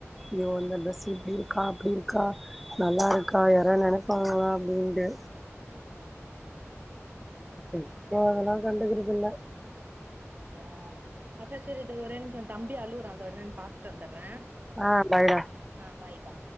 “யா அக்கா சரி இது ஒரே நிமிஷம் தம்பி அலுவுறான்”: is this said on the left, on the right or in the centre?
Right